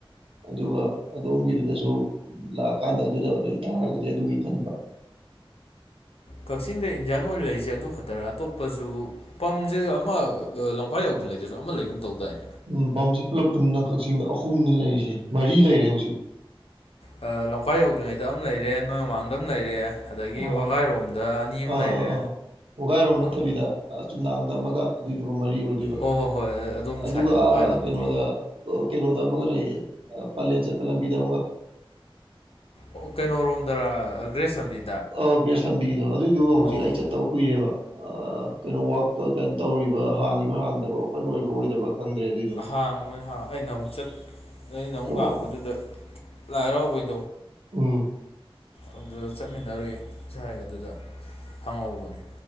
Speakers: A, on the right; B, on the left.
A: ꯑꯗꯨꯒ ꯑꯗꯣꯝꯒꯤꯗꯨꯗꯁꯨ ꯂꯥꯛꯑꯀꯥꯟꯗ ꯑꯗꯨꯗ ꯂꯩꯇꯥꯥꯔꯒꯗꯤ ꯑꯗꯨꯒꯤ ꯈꯟꯕ <inaudible>
B: ꯀꯛꯆꯤꯡꯗ ꯏꯟꯗꯤꯌꯥꯟ ꯑꯣꯏꯅ ꯂꯩꯔꯤꯁꯦ ꯑꯗꯨ ꯈꯛꯇꯔ ꯑꯇꯣꯞꯄꯁꯨ ꯄꯝꯁꯦ ꯑꯃ ꯂꯝꯈꯏ ꯌꯧ ꯑꯗꯨ꯭ꯔꯤꯉꯩꯁꯨ ꯑꯃ ꯂꯩꯒꯨꯝ ꯇꯧꯗꯥꯏꯅꯤ
A: ꯎꯝ ꯄꯥꯝꯁꯤ ꯄꯨꯂꯞ ꯄꯨꯟꯅ ꯀꯛꯆꯤꯡꯗ ꯑꯍꯨꯝꯅꯤ ꯂꯩꯔꯤꯁꯦ ꯃꯔꯤ ꯂꯩꯔꯦ ꯍꯧꯖꯤꯛ
B: ꯂꯈꯥꯏ ꯌꯧꯗ꯭ꯔꯤꯉꯩꯗ ꯑꯃ ꯂꯩꯔꯦ ꯅꯣꯡ ꯃꯃꯥꯡꯗ ꯑꯃ ꯂꯩꯔꯦ ꯑꯗꯒꯤ
A: ꯑꯥ
B: ꯋꯥꯒꯥꯏꯔꯣꯝꯗ ꯑꯅꯤ ꯑꯃ
A: ꯑꯥ
B: ꯂꯩꯔꯦ
A: ꯑꯥ ꯑꯥ ꯋꯥꯒꯥꯏꯔꯣꯝ ꯅꯠꯇꯕꯤꯗ
B: ꯑꯥ
A: ꯑ ꯆꯨꯝꯅꯥꯡꯗ ꯑꯃꯒ ꯑꯗꯨꯏꯗꯨꯒ ꯃꯔꯤ ꯑꯣꯏꯗꯣꯏꯕ
B: ꯍꯣꯏ ꯍꯣꯏ ꯍꯣꯏ ꯑꯗꯣꯝ
A: ꯑꯗꯨꯒ
B: ꯁꯥꯏꯠ ꯋꯥꯒꯥꯏꯔꯣꯝꯗꯤ
A: ꯀꯩꯅꯣꯗ ꯀꯩꯅꯣꯗ ꯑꯃꯒ ꯂꯩꯌꯦ ꯄꯂꯦꯟ ꯆꯠꯄ ꯂꯝꯕꯤꯗ ꯑꯃꯒ
B: ꯑꯣ ꯀꯩꯅꯣꯔꯣꯝꯗꯒ꯭ꯔꯦꯁ ꯂꯝꯕꯤꯗ
A: ꯑ ꯒ꯭ꯔꯦꯁ ꯂꯝꯕꯤꯒꯤꯗꯣ ꯑꯗꯨꯏꯗꯨꯣ ꯍꯧꯖꯤꯛ
B: ꯑꯣ
A: ꯑꯩ ꯆꯠꯇꯕ ꯀꯨꯏꯔꯦꯕ ꯀꯩꯅꯣ ꯋꯥꯛꯇ ꯀꯩꯅꯣ ꯇꯧꯔꯤꯕ ꯍꯥꯡꯉꯤꯕ ꯍꯥꯡꯗꯕ꯭ꯔꯥ ꯑꯣꯄꯟ ꯑꯣꯏꯕ꯭ꯔꯥ ꯑꯣꯏꯗꯕ꯭ꯔꯥ ꯈꯪꯗ꯭ꯔꯦ ꯑꯗꯨꯏꯗꯣ
B: ꯍꯥꯡꯕꯣꯏ ꯍ ꯑꯩꯅ ꯑꯃꯨꯛ ꯆꯠ ꯑꯩꯅ ꯑꯃꯨꯛ
A: ꯑꯣ
B: ꯂꯥꯛꯄꯗꯨꯗ ꯂꯥꯏ ꯍꯔꯥꯎꯕꯩꯅꯤ
A: ꯎꯝ
B: ꯑꯗꯨꯗ ꯆꯠꯃꯤꯟꯅꯔꯨꯏ ꯁꯥꯏ ꯑꯗꯨꯗ ꯍꯪꯍꯧꯕꯅꯤ